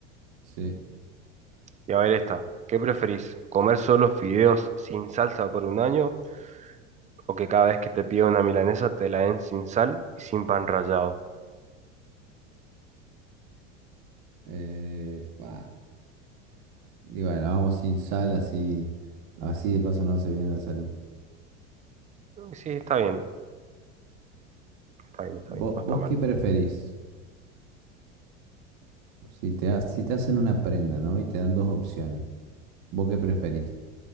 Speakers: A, on the right (about 55°); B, on the right (about 20°).
A: sí.
B: Y a ver esta, ¿qué preferís? ¿Comer solo fideos sin salsa por un año? ¿O que cada vez que te pida una milanesa te la den sin sal y sin pan rallado?
A: Eh, fa. Y bueno, vamos sin sal, así, así de paso no hace bien a la salud.
B: Sí, está bien, está bien, está
A: ¿Vos,
B: bien, no
A: vos
B: está mal.
A: qué preferís? Si te, ha- si te hacen una prenda, ¿no? Y te dan dos opciones. ¿Vos qué preferís?